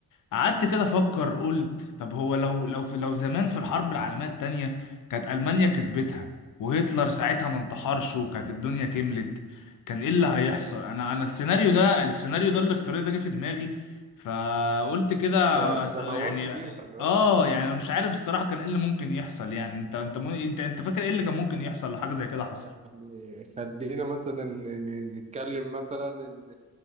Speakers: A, on the left; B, on the right.
A: قعدت كده افكر قلت طب هو لو لو في لو زمان في الحرب العالميه التانيه كانت المانيا كسبتها وهتلر ساعتها ما انتحرش وكانت الدنيا كملت كان ايه اللي هيحصل انا انا السيناريو ده السيناريو ده الافتراضي ده جه في دماغي فقلت كده
B: ده
A: أس-
B: ده
A: يعني
B: موال كبير خلي
A: اه
B: بالك
A: يعني انا مش عارف الصراحه كان ايه اللي ممكن يحصل يعني انت انت مو- انت انت فاكر ايه اللي كان ممكن يحصل لو حاجه زي كده حصل
B: يعني خلينا مثلا ن- ن- نتكلم مثلا ان